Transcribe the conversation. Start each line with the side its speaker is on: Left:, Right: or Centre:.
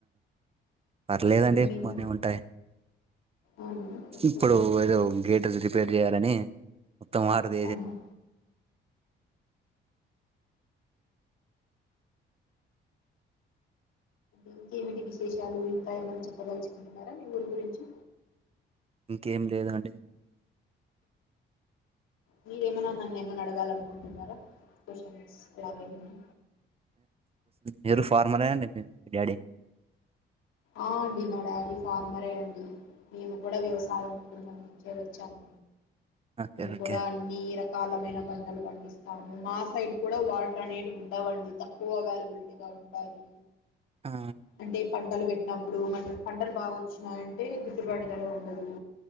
Right: పర్లేదండి
Left: స్విమ్మింగ్
Right: బానేమింటాయి
Left: అవును ఓకే
Right: ఇప్పుడు
Left: అండి
Right: ఏదో గేట్ తిరి పేర్ చేయాలని ఉత్తమ హార్ ద
Left: ఆహా ఇంకేమిటి విశేషాలు ఇంకా ఏమన్నా చెప్పదలుచుకుంటున్నారా మీ ఊరి గురించి
Right: ఇంకేం లేదండి
Left: మీరేమైనా నన్ను ఏమైనా అడగా అనుకుంటున్నారాచ లాగేమన్నా
Right: మీరు ఫార్మరే అండి మీ డాడీ
Left: ఆ అండి మా డాడీ ఫార్మరే అండి మేము కూడ వ్యవసాయం కుటుంబం నుంచే వచ్చాము
Right: ఓకే
Left: ఇం
Right: ఓకే
Left: కూడా అన్ని రక్ కాలమైన పంటలు పండిస్తాము మా సైడ్ కూడా వాటర్ అనేటివుండవండి తక్కువ అవైలబిలిటీగా ఉంటాయి
Right: ఆ
Left: అంటే పంటలు పెట్ అప్పుడు మ పంటలు బాగ ఒచ్చినయ అంటే గిట్టుబాటు ధర ఉండదూ